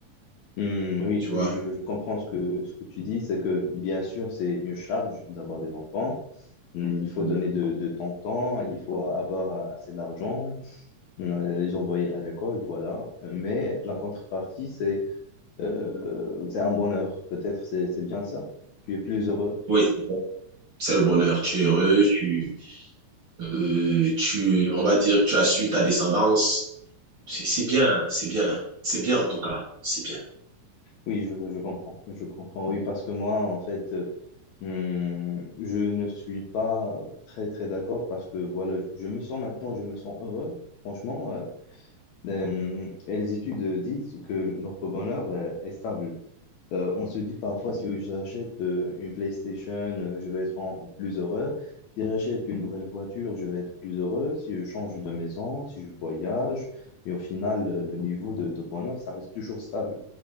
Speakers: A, on the left; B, on the right.
A: Hmm, oui,
B: tu vois.
A: oui, je, je comprends ce que, ce que tu dis, c'est que bien sûr, c'est une charge d'avoir des enfants. Hmm, Il faut
B: Euh,
A: donner de, de ton temps, il faut avoir euh, assez d'argent, hmm, les envoyer à l'école, voilà. Mais la contrepartie, c'est euh, c'est un bonheur. Peut-être c'est c'est bien ça. Tu es plus heureux.
B: Oui, c'est le bonheur. Tu es heureux, tu, euh, tu, on va dire, tu as su ta descendance. C'est c'est bien, c'est bien, c'est bien en tout cas, c'est bien.
A: Oui, je, je comprends. Je comprends, oui, parce que moi, en fait, euh, hum, je ne suis pas très, très d'accord parce que, voilà, je, je me sens maintenant, je me sens heureux, franchement. euh, hum, et les études disent que le- notre bonheur, euh, est stable. Euh, on se dit parfois, si j'achète euh, une PlayStation, euh, je vais être en- plus heureux. Si j'achète une nouvelle voiture, je vais être plus heureux. Si je change de maison, si je voyage. Mais au final, euh, le niveau de, de bonheur, ça reste toujours stable.